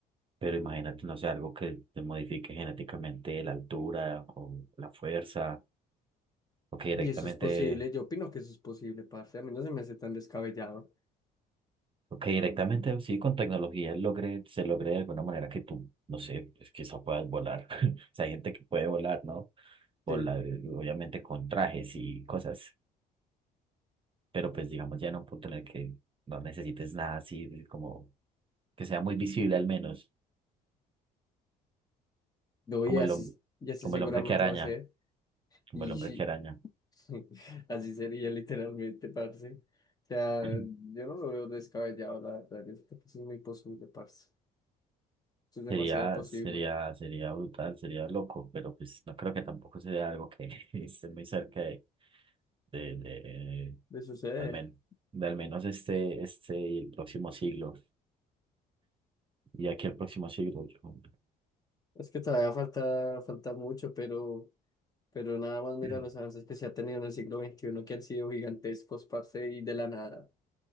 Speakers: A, on the right (about 30°); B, on the left (about 20°).
A: Pero imagínate, no sé, algo que te modifique genéticamente la altura o la fuerza, o que directamente,
B: Y eso es posible, yo opino que eso es posible, parce. A mí no se me hace tan descabellado.
A: o que directamente, sí, con tecnología logre, se logre de alguna manera que tú, no sé, pues quizá puedas volar. <laughs> O sea, hay gente que puede volar, ¿no? Volar,
B: Sí,
A: obviamente con trajes y cosas, pero pues digamos ya en un punto en el que no necesites nada así, como que sea muy visible al menos,
B: lo voy
A: como
B: a
A: el,
B: hacer,
A: hom-
B: y así
A: como
B: seguramente
A: el hombre que araña,
B: va a ser.
A: como
B: Y
A: el hombre
B: sí.
A: que araña.
B: <laughs> Así sería literalmente, parce. O sea,
A: <clears throat>
B: yo no lo veo descabellado, la verdad. Yo creo que eso es muy posible, parce. Eso es demasiado
A: Sería,
B: posible
A: sería, sería brutal, sería loco, pero pues no creo que tampoco sería algo que <laughs> esté muy cerca de, de, de,
B: de suceder.
A: al menos, de al menos este, este y el próximo siglo. Y aquí el próximo siglo, yo,
B: Es que todavía falta, falta mucho, pero, pero nada más mira
A: <clears throat>
B: los avances que se ha tenido en el siglo XXI que han sido gigantescos, parce, y de la nada.